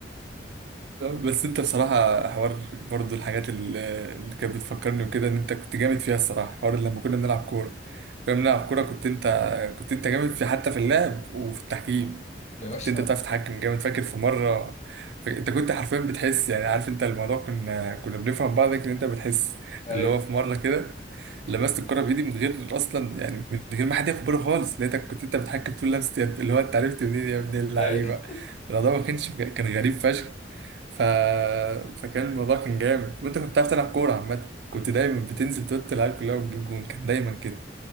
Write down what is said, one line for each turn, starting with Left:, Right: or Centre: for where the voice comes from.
Right: بس انت بصراحة حوار برضو الحاجات ال- اللي كانت بتفكرني وكده ان انت كنت جامد فيها الصراحة حوار لما كنا بنلعب كورة كنا بنلعب كورة كنت انت كنت انت جامد في حتى في اللعب وفي التحكيم
Left: يا باشا
Right: كنت انت بتعرف تتحكم جامد فاكر في مرة ف- انت كنت حرفيا بتحس يعني عارف انت الموضوع كنا كنا بنفهم بعض ان انت بتحس
Left: ايوه
Right: اللي هو في مرة كده لمست الكرة بإيدي من غير أصلا يعني من غير ما حد ياخد باله خالص لقيتك كنت انت بتحكم طول لمسة يد اللي هو انت عرفت منين يا ابن اللعيبة
Left: ايوه
Right: الموضوع ما كانش كان غريب فشخ ف... فكان الموضوع كان جامد وانت كنت بتعرف تلعب كورة عامة كنت دايما بتنزل توت العيال كلها وتجيب جون كان دايما كده